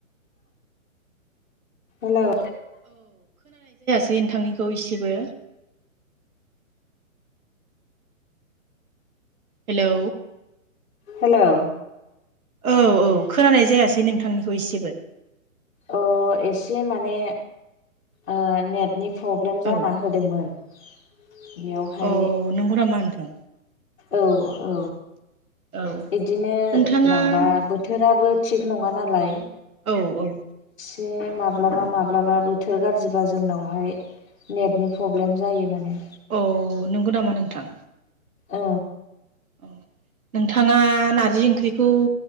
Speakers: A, on the left (about 50°); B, on the right (about 85°).
A: हेलौ
B: दोंथांनिखौ इसेबो हेलौ
A: हेलौ
B: औ औ खोनानाय जायासै नोंथांनिखौ एसेबो
A: अ एसे माने ओ नेटनि प्रब्लेम
B: औ
A: जाना होदोंमोन। बेयावहाय
B: अ नंगौनामा नोंथां?
A: औ औ
B: औ
A: इदिनो
B: नोंथाङा
A: माबा बोथोराबो थिग नङा नालाय।
B: औ औ
A: बे माब्लाबा माब्लाबा बोथोर गाज्रिबा जोंनावहाय नेटनि प्रब्लेम जायो माने।
B: औ नंगौ नामा नोंथां?
A: ओ
B: औ नोंथाङा नार्जि ओंख्रिखौ